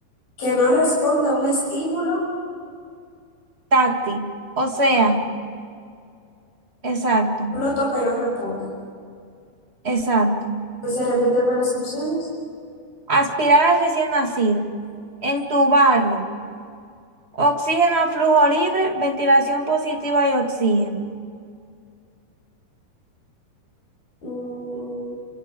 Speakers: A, on the left; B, on the right.
A: que no responde a un estímulo,
B: Táctil, o sea,
A: claro,
B: exacto,
A: tú lo tocas y no responde.
B: exacto.
A: Pues se repíteme las opciones.
B: Aspirar al recién nacido, entubarlo, oxígeno a flujo libre, ventilación positiva y oxígeno.
A: Mm,